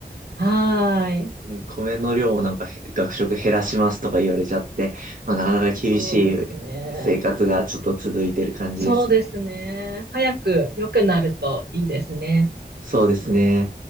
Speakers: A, on the right; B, on the right.
A: はーい。
B: うん米の量をなんかへ学食減らしますとか言われちゃって、まあなかなか厳しい
A: そうですね。
B: 生活がちょっと続いてる感じですね。
A: そうですね。早く良くなるといいですね。
B: そうですね。